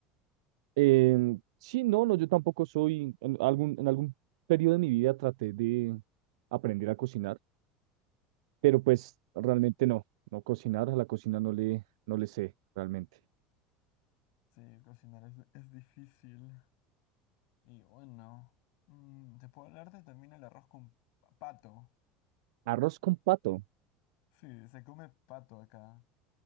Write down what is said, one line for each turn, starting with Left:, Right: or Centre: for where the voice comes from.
Right: Em, sí, no, no, yo tampoco soy, en algún, en algún periodo de mi vida traté de aprender a cocinar, pero pues realmente no, no cocinar, a la cocina no le, no le sé realmente.
Left: Sí, cocinar es, es difícil. Y bueno, mm, te puedo hablarte también el arroz con pa- pato.
Right: Arroz con pato,
Left: Sí, se come pato acá.